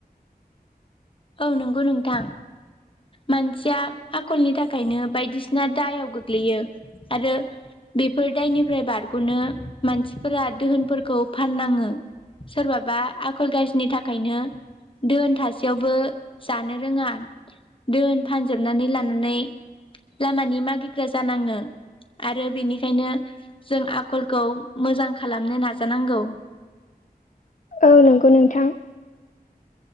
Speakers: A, on the left (about 35°); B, on the left (about 50°).
A: औ नंगौ नोंथां मानसिया आखलनि थाखायनो बायदिसिना दायाव गोग्लैयो आरो बेफोर दायनिफ्राय बारग'नो मानसिफोरा दोहोनफोरखौ फाननाङो सोरबाबा आखल गाज्रिनि थाखायनो दोहोन थासेयावबो जानो रोङा दोन फानजोबनानै लानानै लामानि मागिग्रा जानाङो आरो बेनिखायनो जों आखलखौ मोजां खालामनो नाजानांगौ
B: ओ नंगौ नोंथां